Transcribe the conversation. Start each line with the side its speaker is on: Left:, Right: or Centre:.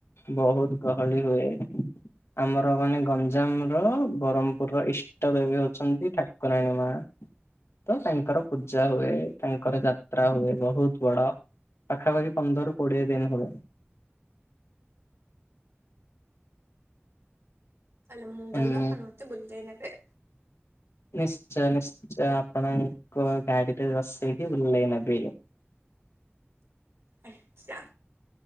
Left: ବହୁତ ଗହଳି ହୁଏ। ଆମର ମାନେ ଗଞ୍ଜାମ ର ବ୍ରହ୍ମପୁର ଇଷ୍ ତ ଇଏବି ହଉଛନ୍ତି ଠାକୁରାଣୀ ମା। ତ ତାଙ୍କର ପୂଜା ହୁଏ ତାଙ୍କର ଯାତ୍ରା ହୁଏ ବହୁତ ବଡ। ପାଖାପାଖି ପନ୍ଦର କୋଡିଏ ଦିନ ହୁଏ।
Right: ଆଲୋ ମୁଁ ଗଲେ
Left: ଏମି
Right: ଆପଣ ମତେ ବୁଲେଇ ନେବେ।
Left: ନିଶ୍ଚୟ ନିଶ୍ଚୟ ଆପଣଙ୍କୁ ଗାଡିରେ ବସେଇକି ବୁଲେଇ ନେବି।
Right: ଆ ସଙ୍ଗ